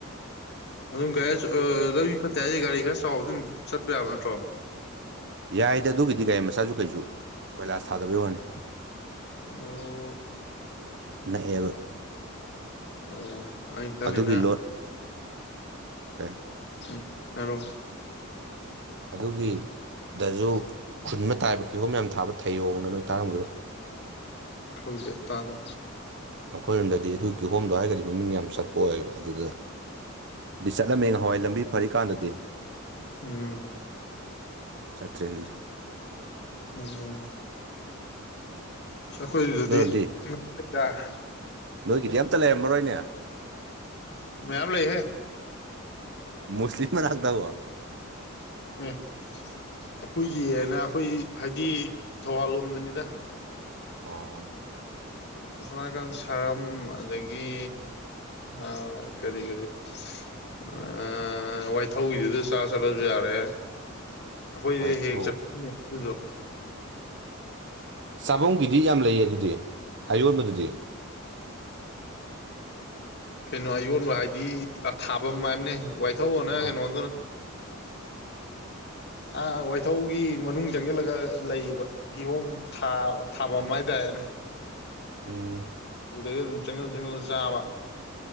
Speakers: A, on the left (about 55°); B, on the right (about 55°).
A: ꯑꯗꯨꯝ ꯒꯥꯔꯤ ꯑꯥ ꯂꯝꯕꯤ ꯐꯠꯇꯦ ꯍꯥꯏꯁꯦ ꯒꯥꯔꯤ ꯈꯔ ꯆꯥꯎꯕꯗꯤ ꯑꯗꯨꯝ ꯆꯠꯄ ꯌꯥꯕ ꯅꯠꯇ꯭ꯔꯣ
B: ꯌꯥꯏꯗ ꯑꯗꯨꯒꯤꯗꯤ ꯒꯥꯔꯤ ꯃꯆꯥꯁꯨ ꯀꯩꯁꯨ ꯀꯣꯏꯂꯥꯁ ꯊꯥꯗꯕꯩ ꯋꯥꯅꯤ
A: ꯑꯣ
B: ꯅꯛꯑꯦꯕꯥ
A: ꯑꯣ ꯑꯩ ꯈꯜꯂꯤꯅ
B: ꯑꯗꯨꯒꯤ ꯂꯣꯠ ꯀꯩ
A: ꯎꯝ ꯍꯥꯏꯔꯣ
B: ꯑꯗꯨꯒꯤ ꯗꯖꯨ ꯈꯨꯟꯃꯥ ꯇꯥꯏꯕ ꯀꯤꯍꯣꯝ ꯌꯥꯝ ꯊꯥꯕ ꯊꯩꯌꯣꯅ ꯅꯣꯏ ꯇꯥꯔꯝꯈꯤꯔꯣꯏ
A: ꯈꯪꯗꯦ ꯇꯥꯗꯦ
B: ꯑꯩꯈꯣꯏꯔꯣꯝꯗꯗꯤ ꯑꯗꯨꯒꯤ ꯍꯣꯝꯗꯣ ꯍꯥꯏꯔꯒꯗꯤ ꯃꯃꯤꯡ ꯌꯥꯝ ꯆꯠꯄ ꯑꯣꯏꯕ ꯑꯗꯨꯗ ꯗꯤ ꯆꯠꯂꯝꯃꯦ ꯉꯍꯥꯟꯋꯥꯏ ꯂꯝꯕꯤ ꯐꯔꯤꯀꯥꯟꯗꯗꯤ
A: ꯎꯝ
B: ꯆꯠꯇ꯭ꯔꯦ ꯍꯧꯖꯤꯛ
A: ꯎꯝ ꯑꯁ ꯑꯩꯈꯣꯏ ꯑꯗꯨꯗꯤ
B: ꯅꯣꯏꯔꯣꯝꯗꯤ
A: <unintelligible>
B: ꯅꯣꯏꯒꯤꯗꯤ ꯑꯝꯇ ꯂꯩꯔꯝꯃꯔꯣꯏꯅꯦ
A: ꯃꯌꯥꯝ ꯂꯩꯍꯦ
B: ꯃꯨꯁꯂꯤꯝ ꯃꯅꯥꯛꯇꯕꯣ
A: ꯑꯩꯈꯣꯏꯒꯤꯅ ꯑꯩꯈꯣꯏ ꯍꯥꯏꯗꯤ ꯊꯧꯕꯥꯜ ꯂꯣꯝꯗꯅꯤꯗ
B: ꯑꯣ
A: ꯁꯣꯝ ꯅꯥꯀꯟ ꯁꯔꯝ ꯑꯗꯒꯤ ꯑꯥ ꯀꯔꯤ ꯀꯔꯤ ꯑꯥ ꯋꯥꯏꯊꯧꯒꯤꯗꯨꯗ ꯆꯥ ꯆꯠꯂꯁꯨ ꯌꯥꯔꯦ ꯑꯩꯈꯣꯏꯗꯤ
B: ꯋꯥꯏꯊꯧ
A: ꯍꯦꯛ ꯆꯠꯐꯝꯅꯦ ꯑꯗꯨꯗꯣ
B: ꯆꯥꯕꯝꯒꯤꯗꯤ ꯌꯥꯝ ꯂꯩꯌꯦ ꯑꯗꯨꯗꯤ ꯑꯌꯣꯟꯕꯗꯨꯗꯤ
A: ꯀꯩꯅꯣ ꯑꯌꯣꯟꯕ ꯍꯥꯏꯗꯤ ꯊꯥꯕꯝ ꯍꯥꯏꯝꯅꯦ ꯋꯥꯏꯊꯧꯑꯅ
B: ꯑ
A: ꯀꯩꯅꯣꯗꯨꯅ ꯑ ꯋꯥꯏꯊꯧꯒꯤ ꯃꯅꯨꯡ ꯆꯪꯁꯤꯜꯂꯒ ꯂꯩꯌꯦꯕ ꯀꯤꯍꯣꯝ ꯊꯥ ꯊꯥꯕꯝ ꯍꯥꯏꯇꯥꯔꯦꯅꯦ
B: ꯎꯝ
A: ꯗꯨꯗꯒꯤ ꯑꯗꯨꯝ ꯆꯪꯖꯜ ꯆꯪꯖꯜꯂꯥ ꯆꯥꯕ